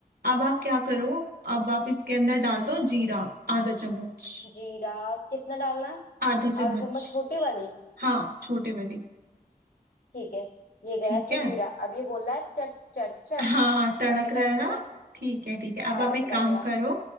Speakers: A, on the right (about 85°); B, on the left (about 85°).
A: अब आप क्या करो अब आप इसके अंदर डाल दो जीरा आधा चम्मच
B: जीरा कितना डालना है
A: आधा चम्मच
B: आधा चम्मच छोटी वाली
A: हाँ छोटे वाली
B: ठीक है ये गया
A: ठीक
B: इसमें
A: है
B: जीरा अब ये बोल रहा है चट चट चट
A: हाँ तड़क
B: अब क्या
A: रहा
B: करें
A: है
B: इसका
A: ना ठीक है ठीक है
B: हाँ
A: अब आप एक
B: तड़ा
A: काम
B: करा
A: करो